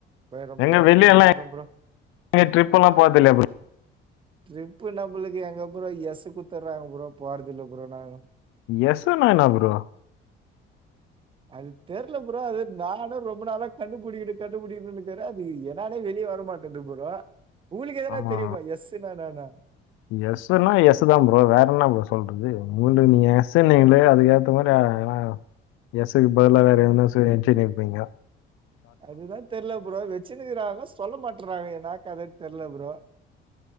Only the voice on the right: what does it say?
போய்றே ப்ரோ
கண்டிப்பா
போய்றே ப்ரோ
ட்ரிப்பு நம்மளுக்கு எங்க ப்ரோ எஸ் குத்துர்றாங்க ப்ரோ போறதில்ல ப்ரோ நாங்க
அது தெர்ல ப்ரோ அது நானே ரொம்ப நாள கண்டுபுடிக்கணு கண்டுபுடிக்கணுன்னுக்குறே அது என்னானே வெளிய இங்க வர மாட்டது ப்ரோ உங்களுக்கு எதனா
தெரியுமா எஸ்ஸுனா என்னானு
நம்மளு
அதுதா தெரில ப்ரோ வச்சின்னுக்கிறாங்க சொல்ல மாட்றாங்க எதுனா கத தெர்ல ப்ரோ